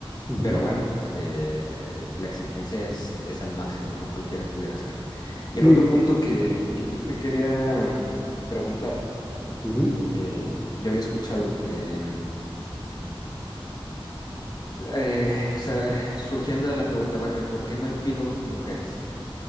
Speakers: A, in the centre; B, on the left.
A: Ujú,
B: Pero bueno, eh, eh, la exigencia es, es al máximo, no cualquiera pudiera hacer. Y el
A: Sí.
B: otro punto que, que yo te quería mm, preguntar,
A: ujú.
B: eh, yo había escuchado que Eh, o sea, surgiendo de la pregunta, bueno, ¿y por qué no hay pilotos mujeres?